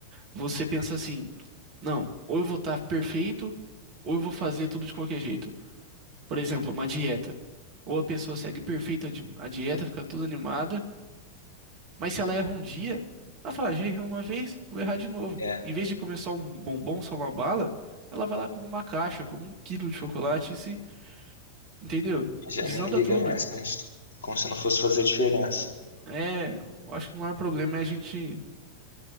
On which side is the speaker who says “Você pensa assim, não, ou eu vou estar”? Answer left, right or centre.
Right